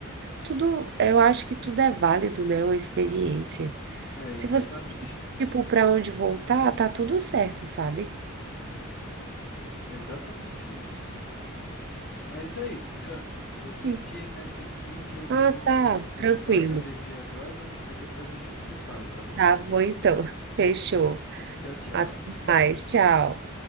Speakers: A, on the right; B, on the left.
A: tudo, eu acho que tudo é válido, né? Uma experiência.
B: É
A: Se
B: exatamente.
A: você, tipo, pra onde voltar, tá tudo certo, sabe?
B: Uhum. É exatamente isso. Mas é isso, Cami. Eu tenho
A: Sim.
B: que ir nessa aqui que eu
A: Ah,
B: vou,
A: tá,
B: eu
A: tranquilo.
B: vou para academia agora, mas depois a gente se fala, tá bom?
A: Tá bom, então. Fechou.
B: Tchau, tchau.
A: Até mais. Tchau.